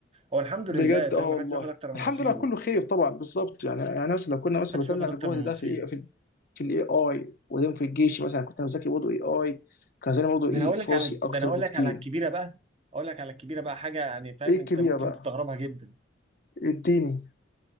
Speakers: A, on the right (about 30°); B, on the left (about 50°).
A: هو الحمد لله
B: بجد
A: فاهم
B: اه والله
A: محدش بياخد اكتر من
B: الحمد
A: نصيبه
B: لله كله خير طبعا بالظبط يعني يعني مثلا لو كنا مثلا
A: محدش
B: بذلنا
A: بياخد اكتر
B: الجهد
A: من
B: ده
A: نصيبه
B: في الاي في, ال- في الاي اي وبعدين في الجيش مثلا كنت انا بذاكر برضه اي اي كان زمان برضه
A: ده
B: ايه
A: انا اقول
B: فرصي
A: لك على
B: اكتر
A: ده انا اقول
B: بكتير
A: لك على الكبيره بقى اقول لك على الكبيره بقى حاجه يعني فاهم
B: ايه
A: انت
B: الكبيره
A: ممكن
B: بقى
A: تستغربها جدا
B: اديني